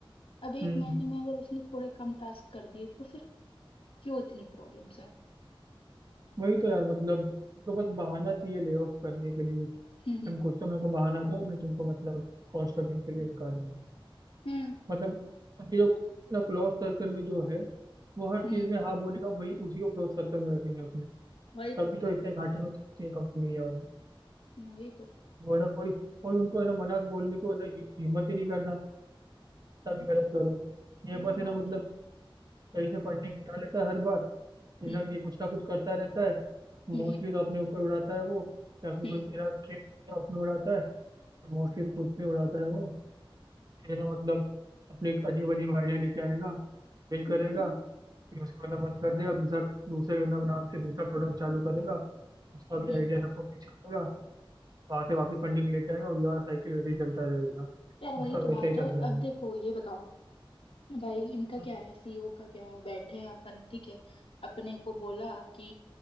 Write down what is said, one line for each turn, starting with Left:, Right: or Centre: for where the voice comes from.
Left: अब
Right: हम्म
Left: एक महीने में अगर उसने थोड़े कम टास्क कर दिए तो फिर क्यों इतनी प्रॉब्लम्स है
Right: वही तो यार मतलब तो बस बहाना चाहिए ले ऑफ करने के लिए कि
Left: हम्म
Right: तुम
Left: हम्म
Right: कुछ तो मेरे को बहाना दो मैं तुमको मतलब कॉस्ट कटिंग के लिए निकालूंगा
Left: हम्म
Right: मतलब उनके जो क्लोज सर्कल में जो है वो हर
Left: हम्म,
Right: चीज में हाँ बोलेगा वही उसी को क्लोज सर्कल में रखेंगे अपने
Left: वही
Right: तभी
Left: तो
Right: तो इतने घाटे में चलती है कंपनी ये वाली
Left: वही तो
Right: वो है ना कोई कोई उनको है ना मना बोलने को है ना हि- हिम्मत ही नहीं करता तभी गलत करो
Left: सही
Right: ये बस
Left: बात
Right: है ना मतलब
Left: है
Right: कहीं से फंडिंग उठा लेता है हर बार फिर
Left: हम्म
Right: ना ये कुछ ना कुछ करता रहता है मोस्टली
Left: हम्म
Right: तो अपने ऊपर उड़ाता है वो या फिर
Left: हम्म
Right: कोई तेरा ट्रिप अपने उड़ाता है और मोस्टली तो खुद पे उड़ाता है वो फिर है ना मतलब अपने एक अजीब अजीब आइडिया लेके आएगा फेल करेगा
Left: हम्म हम्म, हम्म,
Right: फिर उसको है ना बंद कर देगा दूसरा दूसरे है ना नाम से दूसरा प्रोडक्ट चालू करेगा उसका भी
Left: हम्म,
Right: आइडिया सबको पिच करेगा वहां से वापस पंडिंग लेके आएगा और ये वाला साइकिल वैसे ही चलता रहेगा
Left: यार वही
Right: उसका
Left: तो
Right: वैसा
Left: बात
Right: ही चलता
Left: है
Right: रहेगा
Left: अब देखो ये बताओ भाई इनका क्या
Right: हम्म,
Left: है सीईओ का क्या है बैठे हैं अपन ठीक है अपने को बोला कि